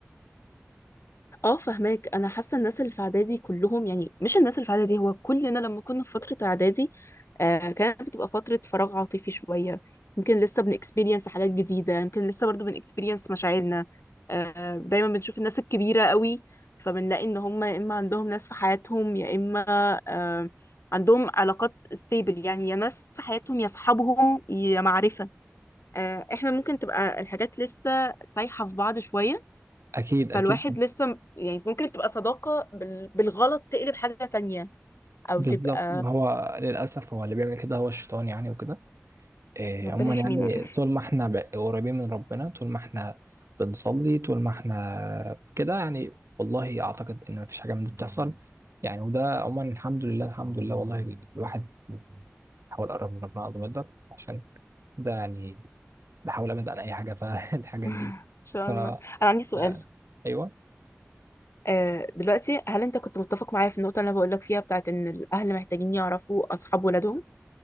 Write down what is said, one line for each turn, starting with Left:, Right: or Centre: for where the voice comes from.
Left: اه فهماك انا حاسه الناس اللي في اعدادي كلهم يعني مش الناس اللي في اعدادي هو كلنا لما كنا في فتره اعدادي آه كانت بتبقى فتره فراغ عاطفي شويه يمكن لسه بنكسبيرينس حاجات جديده يمكن لسه برضو بنكسبيرينس مشاعرنا آه دايما بنشوف الناس الكبيره قوي فبنلاقي ان هم يا اما عندهم ناس في حياتهم يا اما آه عندهم علاقات ستيبل يعني يا ناس في حياتهم يا اصحابهم يا معرفه آه احنا ممكن تبقى الحاجات لسه سايحه في بعض شويه
Right: اكيد
Left: فالواحد
Right: اكيد
Left: لسه م- يعني ممكن تبقى صداقة بال... بالغلط تقلب حاجة تانية أو
Right: بالظبط
Left: تبقى
Right: ما هو للأسف هو اللي بيعمل كده هو الشيطان يعني وكده إيه
Left: ربنا
Right: عموما
Left: يحمينا
Right: يعني
Left: <laughs>
Right: طول ما احنا ب- قريبين من ربنا طول ما احنا بنصلي طول ما احنا كده يعني والله أعتقد إن مفيش حاجة من دي بتحصل يعني وده عموما الحمد لله الحمد لله والله الواحد بيحاول يقرب من ربنا قد ما يقدر عشان كده يعني بحاول أبعد عن أي حاجة فالحاجات
Left: إن
Right: <laughs> دي
Left: شاء
Right: ف آه،
Left: الله أنا عندي سؤال
Right: أيوه
Left: آه، دلوقتي هل أنت كنت متفق معايا في النقطة اللي أنا بقولك فيها بتاعت إن الأهل محتاجين يعرفوا أصحاب ولادهم